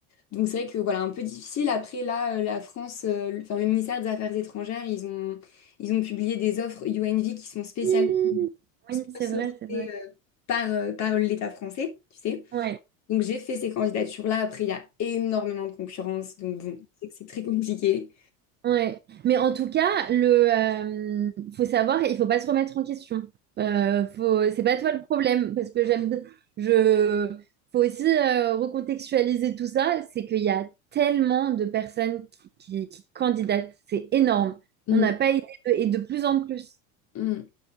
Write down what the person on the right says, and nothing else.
Mhm. Oui, c'est
vrai, c'est vrai.
Ouais.
Ouais. Mais en tout cas, le euh, faut savoir, il faut pas se remettre en question. Euh, faut, c'est pas toi le problème, parce que j'aime, je, faut aussi euh, recontextualiser tout ça. C'est qu'il y a tellement de personnes qui, qui, qui candidatent, c'est énorme.
On n'a pas idée de- et de plus en plus.